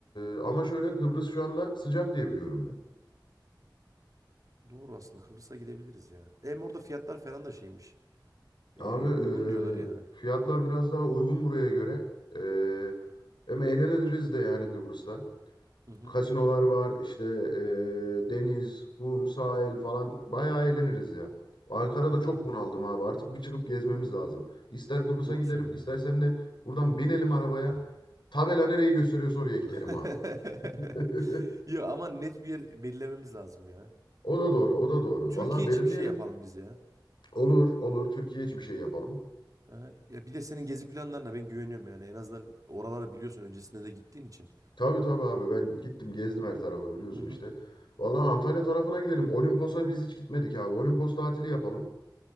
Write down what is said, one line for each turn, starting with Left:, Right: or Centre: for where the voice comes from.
Left: Ee, ama şöyle Kıbrıs şu anda sıcak diye biliyorum ben.
Right: Doğru aslında Kıbrıs'a gidebiliriz ya. Hem orada fiyatlar falan da şeymiş. E,
Left: Abi ee,
Right: uygun diyorlar yani.
Left: fiyatlar biraz daha uygun buraya göre. Ee, hem eğleniriz de yani Kıbrıs'ta.
Right: Hı hı.
Left: Kasinolar var işte e, deniz, kum, sahil falan bayağı eğleniriz ya. Ankara'da
Right: Olur.
Left: çok bunaldım abi artık bir çıkıp gezmemiz lazım. İster Kıbrıs'a
Right: Doğru
Left: gidelim
Right: söylüyorsun
Left: istersen
Right: ya.
Left: de buradan binelim arabaya. Tabela nereyi gösteriyorsa oraya gidelim
Right: <laughs>
Left: abi. <laughs>
Right: Ya ama net bir yer belirlememiz lazım ya.
Left: O da doğru o da doğru.
Right: Türkiye
Left: Valla belirleyelim.
Right: içi bir şey yapalım biz ya.
Left: Olur olur Türkiye için bir şey yapalım.
Right: Ha, ya bir de senin gezi planlarına ben güveniyorum yani. En azından oralara biliyorsun öncesinde de gittiğin için.
Left: Tabii tabii abi ben gittim gezdim her tarafı biliyorsun
Right: Hı hı.
Left: işte. Valla Antalya tarafına gidelim. Olimpos'a biz hiç gitmedik abi. Olimpos tatili yapalım.